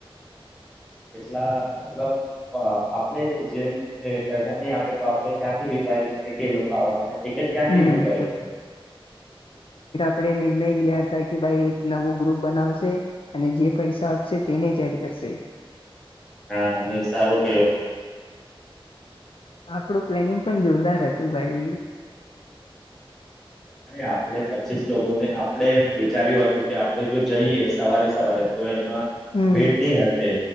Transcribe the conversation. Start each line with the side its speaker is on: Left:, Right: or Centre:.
Centre: એટલા મતલબ આપણે જેમ પૈસા નહી આપે તો આપણે ક્યાંથી વિચારી શકી કે લોકો આવવાના ટિકિટ ક્યાંથી
Left: હમ
Centre: બુક કરે
Left: આપણે નિર્ણય લીયા હતા કે ભાઈ એક નવું ગ્રુપ બનાવશે અને જે પૈસા આપશે તેને જ એડ કરશે
Centre: હા અને સારો કયો
Left: આપડું પ્લેનિંગ પણ જોરદાર હતું ભાઈ
Centre: અરે આપડે પચીસ લોકોને આપણે વિચાર્યું હતું કે આપણે જો જઈએ સવારે સવારે તો એમ માં
Left: હમ
Centre: ભીડ નહી હશે